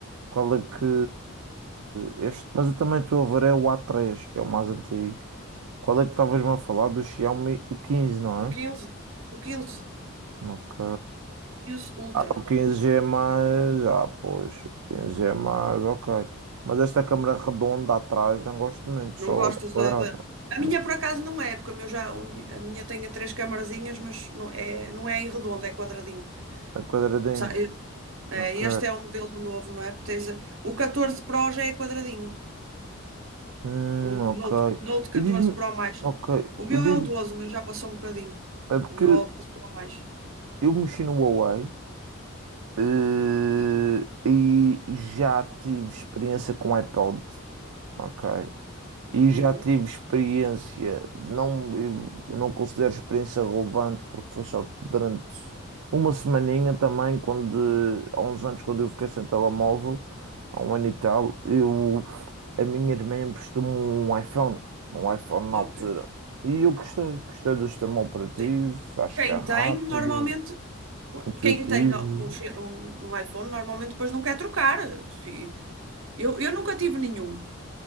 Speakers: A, on the right; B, on the right.
A: Qual é que. Este, mas eu também estou a ver é o A3, que é o mais antigo. Qual é que estavas-me a falar do Xiaomi 15, não
B: O
A: é?
B: 15 o 15,
A: Ok.
B: 15 Ultra.
A: O 15G é mais. Ah, pois. O 15G é mais, ok. Mas esta câmara redonda atrás não gosto muito,
B: Não
A: só
B: gostas
A: da quadrada.
B: da, da- A
A: Não.
B: minha, por acaso, não é, porque a minha, já, a minha tem três camarazinhas, mas não é, não é em redondo, é quadradinho.
A: A quadradinho.
B: Sa- eh,
A: Ok.
B: eh, Este é o modelo novo, não é? Tens a- O 14 Pro já é quadradinho.
A: Hum,
B: O
A: ok.
B: Note, Note 14
A: E diz-me.
B: Pro mais.
A: Ok.
B: O meu
A: E diz
B: é o doze o meu já passou um bocadinho.
A: É porque
B: O meu é o 12 Pro mais.
A: eu mexi no Huawei eh, e já tive experiência com iPod. Ok. E
B: Uhum.
A: já tive experiência, não, eu não considero experiência relevante porque foi só durante uma semaninha também, quando, há uns anos quando eu fiquei sem telemóvel, há um ano e tal, eu, a minha irmã emprestou-me um iPhone, um iPhone na
B: Ok.
A: altura, e eu gostei, gostei do sistema operativo,
B: Sim.
A: acho
B: Quem
A: que é rápido,
B: tem, normalmente, pô,
A: intuitivo,
B: quem tem no- um, che- um- um iPhone, normalmente depois não quer trocar. Fi- Eu, eu nunca tive nenhum,